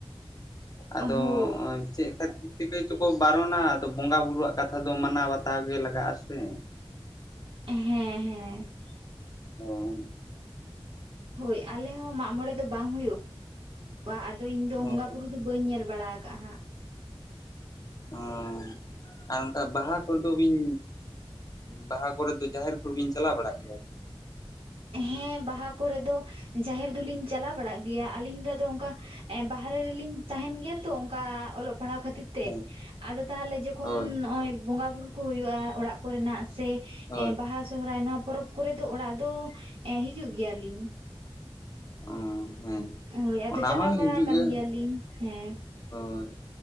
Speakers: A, on the left; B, on the right.
A: ᱟᱫᱚ
B: ᱦᱳᱭ
A: ᱪᱮᱫ ᱠᱷᱟᱹᱛᱤᱨ ᱪᱤᱠᱟᱹᱭ ᱪᱚ᱾ ᱠᱚ ᱵᱟᱨᱚᱱᱟ ᱟᱫᱚ ᱵᱚᱸᱜᱟ ᱵᱩᱨᱩᱣᱟᱜ ᱠᱟᱛᱷᱟ ᱫᱚ ᱢᱟᱱᱟᱣ ᱵᱟᱛᱟᱣ ᱜᱮ ᱞᱟᱜᱟᱜ-ᱟ ᱥᱮ᱾
B: ᱦᱮᱸ ᱦᱮᱸ᱾
A: ᱦᱳᱭ᱾
B: ᱦᱳᱭ, ᱟᱞᱮ ᱦᱚᱸ ᱢᱟᱜᱽ ᱢᱚᱬᱮ ᱫᱚ ᱵᱟᱝ ᱦᱩᱭᱩᱜ-ᱟ, ᱟᱫᱚ ᱤᱧ ᱫᱚ ᱵᱚᱸᱜᱟ
A: ᱦᱳᱭ
B: ᱵᱩᱨᱩ ᱫᱚ ᱵᱟᱹᱧ ᱧᱮᱞ ᱵᱟᱲᱟ ᱠᱟᱜ-ᱟ ᱦᱟᱸᱜ᱾
A: ᱚᱸ ᱟᱨ ᱚᱝᱠᱟ ᱵᱟᱦᱟ ᱠᱚᱫᱚ ᱵᱤᱱ ᱵᱟᱦᱟ ᱠᱚᱨᱮ ᱫᱚ ᱡᱟᱦᱮᱨ ᱠᱚᱨᱮ ᱵᱤᱱ ᱪᱟᱞᱟᱣ ᱵᱟᱲᱟᱜ ᱜᱮᱭᱟ?
B: ᱦᱮᱸ ᱵᱟᱦᱟ ᱠᱚᱨᱮ ᱫᱚ ᱡᱟᱦᱮᱨ ᱫᱚᱞᱤᱧ ᱪᱟᱞᱟᱣ ᱵᱟᱲᱟᱜ ᱜᱮᱭᱟ ᱟᱞᱤᱧ ᱫᱚ ᱟᱫᱚ ᱚᱝᱠᱟ ᱮᱸ ᱵᱟᱦᱨᱮ ᱨᱮᱞᱤᱧ ᱛᱟᱦᱮᱱ ᱜᱮᱭᱟ ᱛᱚ ᱚᱝᱠᱟ ᱚᱞᱚᱜ ᱯᱟᱲᱦᱟᱣ ᱠᱷᱟᱹᱛᱤᱨ ᱛᱮ
A: ᱦᱳᱭ
B: ᱟᱫᱚ ᱛᱟᱦᱚᱞᱮ ᱡᱚᱠᱷᱚᱱ
A: ᱦᱳᱭ
B: ᱱᱚᱜᱚᱭ ᱵᱚᱸᱜᱟ ᱵᱩᱨᱩ ᱠᱚ ᱦᱩᱭᱩᱜᱼᱟ ᱚᱲᱟᱜ ᱠᱚᱨᱮ ᱱᱟᱜ ᱥᱮ
A: ᱚ
B: ᱮᱸ ᱵᱟᱦᱟ ᱥᱚᱨᱦᱟᱭ ᱱᱚᱣᱟ ᱯᱚᱨᱚᱵᱽ ᱠᱚᱨᱮ ᱫᱚ ᱚᱲᱟᱜ ᱫᱚ ᱮ ᱦᱤᱡᱩᱜ ᱜᱮᱭᱟ ᱞᱤᱧ
A: ᱚᱸ ᱦᱮᱸ
B: ᱦᱳᱭ ᱟᱫᱚ
A: ᱚᱱᱟ
B: ᱪᱟᱞᱟᱣ
A: ᱦᱚᱸ
B: ᱵᱟᱲᱟ
A: ᱦᱤᱡᱩᱜ
B: ᱟᱠᱟᱱ
A: ᱜᱮ
B: ᱜᱮᱭᱟᱞᱤᱧ ᱦᱮᱸ
A: ᱦᱳᱭ